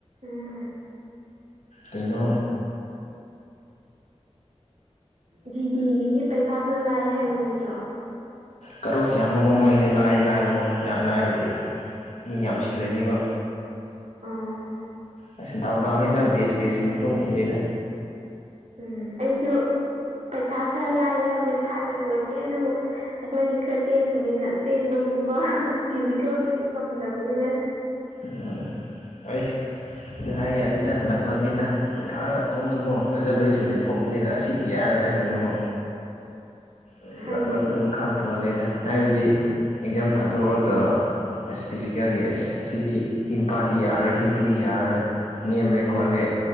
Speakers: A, on the right; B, on the left.
A: ꯎꯝ
B: ꯀꯩꯅꯣ
A: ꯖꯤꯗꯤꯒꯤꯗꯤ ꯄꯩꯈꯥ ꯈꯔ ꯂꯥꯏ ꯍꯥꯏꯕ ꯅꯠꯇ꯭ꯔꯣ
B: ꯀꯠꯑꯣꯐ ꯌꯥꯝꯃꯒ ꯃꯣꯏꯖꯦ ꯂꯥꯏ ꯂꯥꯏꯕꯀꯣ ꯌꯥꯝ ꯂꯥꯏꯕꯗꯤ ꯃꯤ ꯌꯥꯝꯁꯤꯜꯂꯗꯤꯀꯣ
A: ꯎꯝ
B: ꯑꯩꯁ ꯗꯥꯎ ꯗꯥꯎꯅꯤꯗ ꯕꯦꯁ ꯕꯦꯁꯀꯤ ꯃꯇꯨꯡ ꯏꯟꯂꯤꯗꯥ
A: ꯎꯝ ꯑꯩꯁꯨ ꯄꯩꯈꯥ ꯈꯔ ꯂꯥꯏ ꯍꯥꯏꯕꯗꯣ ꯊꯥꯅꯤꯡꯕꯅꯤ ꯑꯗꯨꯕꯨ ꯑꯩꯈꯣꯏꯗꯤ ꯈꯔ ꯇꯦꯟꯕꯅꯤꯅ ꯆꯦꯟꯕꯒꯨꯝꯕ ꯐꯤꯖꯤꯀꯦꯜꯒꯤꯗꯤ ꯉꯝꯗꯕꯅꯤꯅ
B: ꯎꯝ ꯑꯩꯁ ꯑꯗꯨ ꯍꯥꯏ ꯌꯥꯗꯦꯗ ꯂꯛ ꯂꯛꯅꯤꯗꯥ ꯄꯩꯈꯥ ꯊꯣꯛꯄꯖꯨꯀꯣ ꯊꯥꯖꯗꯕꯁꯤꯡꯅ ꯊꯣꯛꯄꯅꯤꯗꯥ ꯑꯁꯤꯗꯤ ꯌꯥꯔꯣꯏ ꯍꯥꯏꯕꯖꯤꯡꯅꯀꯣ ꯎꯝ
A: ꯍꯥꯏꯗꯤ
B: ꯂꯛ ꯂꯛꯇꯥ ꯃꯈꯥ ꯄꯣꯜꯂꯦꯗꯥ ꯍꯥꯏꯕꯗꯤ ꯑꯦꯛꯖꯥꯝ ꯊꯥꯗꯣꯛꯔꯒꯥ ꯑꯦꯁ ꯐꯤꯖꯤꯀꯦꯜꯒꯤ ꯑꯦꯁ ꯑꯁꯤꯗꯤ ꯁꯤꯅꯨꯄꯥꯗꯤ ꯌꯥꯔꯔꯣꯏ ꯁꯤ ꯅꯨꯄꯤꯗꯤ ꯌꯥꯔꯔꯣꯏ ꯅꯦꯝꯂꯦ ꯈꯣꯠꯂꯦ